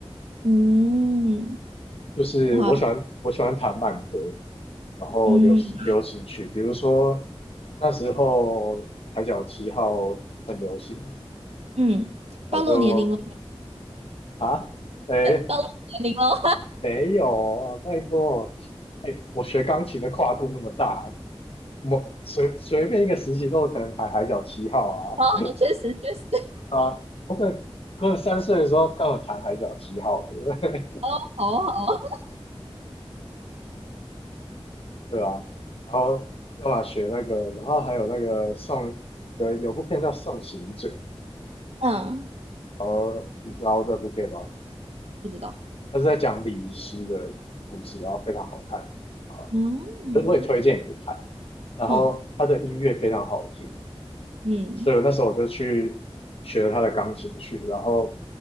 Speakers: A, on the right; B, on the left.
A: 嗯，
B: 就是我喜欢我喜欢弹慢歌，
A: 哇，
B: 然后流流行曲，
A: 嗯
B: 比如说那时候《海角七号》很流行。
A: 嗯，
B: 我就
A: 暴露年龄了，
B: 啊，哎，
A: 暴露年龄了，
B: 没有啊，拜托，哎，我学钢琴的跨度那么大，我随随便一个时期都有可能弹海角七号
A: <laughs> 好好，确实确实，
B: 啊啊，我可能可能三岁的时候刚好弹海角七号，<laughs> 对不对？
A: 好好，
B: <laughs> 对啊，然后要么学那个，然后还有那个送有有部片叫《送行者》，
A: 嗯，
B: 呃，你知道这部片吗？
A: 不知道，
B: 它是在讲礼仪师的故事，然后非常好看，好吧，
A: 嗯
B: 我我也推荐你去看，然后它的音乐非常好听。
A: 嗯嗯
B: 所以我那时候我就去学了他的钢琴曲，然后